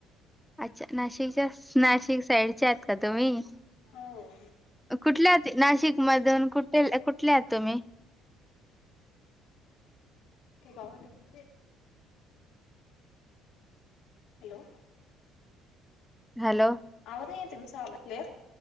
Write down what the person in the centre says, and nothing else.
अच्छा नाशिक जास्त, नाशिक साईडच्या आहेत का तुम्ही
कुठल्या नाशिक मधून कुठे कुठले आहात तुम्ही
हॅलो